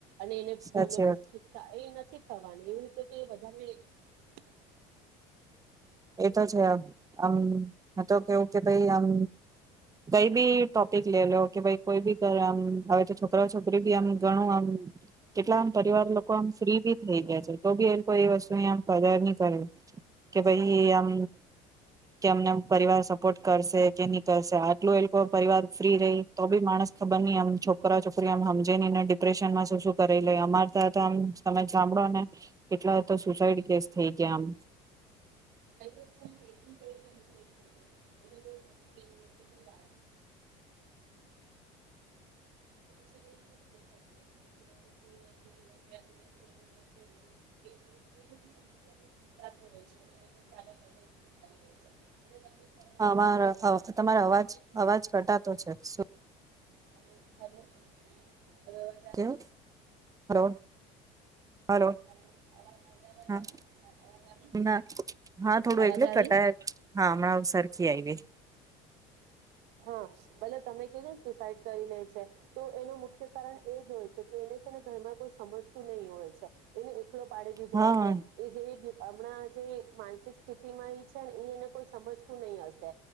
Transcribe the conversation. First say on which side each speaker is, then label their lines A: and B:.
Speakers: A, on the right; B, on the right.
A: અને એને
B: સાચી
A: બોલો તો
B: વાત
A: એ નથી ફા પાણીએ છેતે વધારે ડિપ્રેશન માં જતી રહશે
B: એ તો છે આમ ન તો કેવું કે ભાઈ આમ કઈ બી ટોપિક લે લો કે ભાઈ કોઈ બી કર આમ હવે તો છોકરા છોકરી બી આમ ગણું આમ કેટલામ પરિવાર લોકો આમ ફ્રી ભી થઈ ગયા છે તો બી એ લોકો એ વસ્તુની કદર નઈ કરે ભાઈ આમ કે અમને પરિવાર સપોર્ટ કરશે કે ની કરશે આટલો એ લોકો પરિવાર ફ્રી રેય તો બી માણસ ખબર ની આમ છોકરા છોકરી આમ હમજે ની ને ડિપ્રેશન માં શું શું કરી લે અમાર તયા ત આમ તમે સાંભળો ને કેટલા તો સુસાઈડ કેસ થઈ ગયા આમ
A: <unintelligible> કરે એલું પડે એટલા બધા છેને એમ દેખાતું હોય કે મારું કોઈ નથી મે દુનીયા છડીને જતો રહ્યું એ બધી સમસ્યા એ જોડાતો હોય છે. <unintelligible> આવી રહી છે અને તમને ખબર
B: તમારો
A: છે કે
B: અ
A: અગર
B: તમારો અવાજ
A: એની
B: અવાજ કરતા તો છે શું
A: હાલો હાલો અવે અવાજ આવે
B: કેવું હલો હલો
A: હેલો અવાજ હવે અવાજ
B: હા
A: આવી અવાજ આવી
B: ના હા થોડું
A: અવાજ
B: એકલે કટાય
A: આવી
B: હા હમણાં સર છી આઈવી
A: હા પલે તમે કીધુ ને સુસાઈડ કરી લે છે તો એનું મુખ્ય કારણ એ જ હોય છે કે એને છે ને ઘરમાં કોઈ સમજતું નહી હોય છે એને કલો પાડી દીધો
B: હા
A: હશે
B: હા
A: એ જેવી અમ હણા જે માનસિક સ્થિતિ માં એ છે ને એ એને કોઈ સમજતું નહી હશે